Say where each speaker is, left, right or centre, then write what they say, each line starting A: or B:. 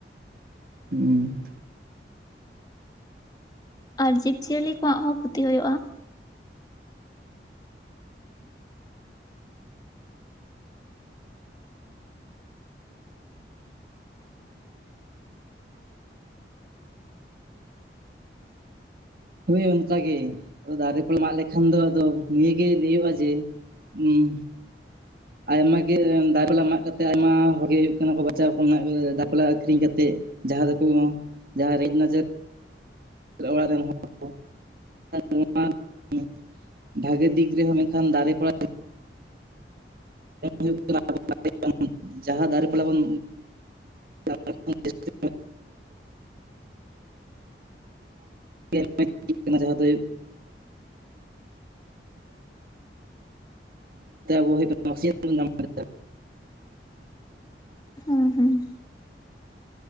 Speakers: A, on the right; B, on the left.
A: ᱦᱩᱸ
B: ᱟᱨ ᱡᱤᱵ ᱡᱤᱭᱟᱹᱞᱤ ᱠᱚᱣᱟᱜ ᱦᱚᱸ ᱠᱷᱩᱛᱤ ᱦᱳᱭᱳᱜ-ᱟ᱾
A: ᱦᱳᱭ ᱚᱱᱠᱟᱜᱮ, ᱫᱟᱨᱮ ᱠᱚ ᱢᱟᱜ ᱞᱮᱠᱷᱟᱱ ᱫᱚ ᱟᱫᱚ ᱱᱤᱭᱟᱹᱜᱮ ᱞᱟᱹᱭᱚᱜ-ᱟ ᱡᱮ ᱩᱸ ᱟᱭᱢᱟ ᱜᱮ ᱫᱟᱨᱮ ᱯᱟᱞᱟ ᱢᱟᱜ ᱠᱟᱛᱮ, ᱟᱭᱢᱟ ᱦᱚᱲᱜᱮ ᱦᱳᱭᱳᱜ ᱠᱟᱱᱟ ᱠᱚ ᱵᱟᱪᱟᱣ ᱠᱟᱛᱮ ᱫᱟᱨᱮ ᱯᱟᱞᱟ ᱟᱠᱷᱨᱤᱧ ᱠᱟᱛᱮᱫ᱾ ᱡᱟᱦᱟᱸ ᱫᱚᱠᱚ ᱡᱟᱦᱟᱸ ᱨᱮᱡ ᱱᱟᱪᱟᱨ ᱚᱲᱟᱜ ᱨᱮᱱ ᱦᱚᱲ ᱠᱚ ᱱᱚᱣᱟ <unintelligible> ᱵᱷᱟᱜᱮ ᱫᱤᱠ ᱨᱮᱦᱚᱸ ᱢᱮᱱᱠᱷᱟᱱ ᱫᱟᱨᱮ ᱯᱟᱞᱟ <unintelligible> ᱦᱩᱭᱩᱜ <unintelligible> ᱡᱟᱦᱟᱸ ᱫᱟᱨᱮ ᱯᱟᱞᱟ ᱵᱚᱱ <inaudible> <inaudible> ᱡᱟᱦᱟᱸ ᱫᱚ ᱦᱩᱭᱩᱜ ᱠᱟᱱᱟ <inaudible> <inaudible>
B: ᱦᱩᱸ ᱦᱩᱸ ᱾